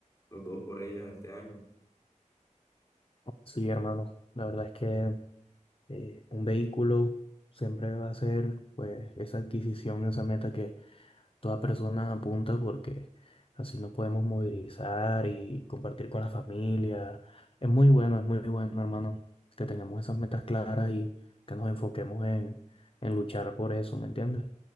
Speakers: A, on the left; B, on the left.
A: los dos por ellas este año.
B: Sí, hermano, la verdad es que eh, un vehículo siempre va a ser pues esa adquisición, esa meta toda persona apunta porque así nos podemos movilizar y compartir con la familia. Es muy bueno, es muy bueno, hermano, que tengamos esas metas claras y que nos enfoquemos en, en luchar por eso, ¿me entiendes?